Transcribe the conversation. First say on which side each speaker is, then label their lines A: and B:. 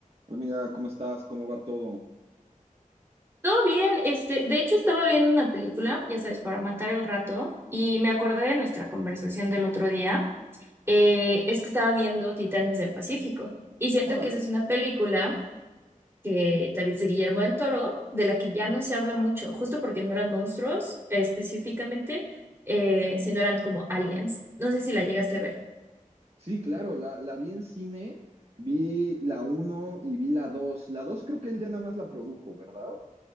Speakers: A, on the right; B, on the right.
A: Hola, Amiga, ¿cómo estás? ¿Cómo va todo?
B: Todo bien, este, de hecho estaba viendo una película, ya sabes, para matar el rato, y me acordé de nuestra conversación del otro día. Eh, es que estaba viendo Titanes del Pacífico, y siento
A: Órale.
B: que esa es una película que también es de Guillermo del Toro, de la que ya no se habla mucho, justo porque no eran monstruos, eh, específicamente, eh, sino eran como aliens. No sé si la llegaste a ver.
A: Sí, claro, la, la vi en cine, vi la uno y vi la 2. La 2 creo que él ya nada más la produjo, ¿verdad?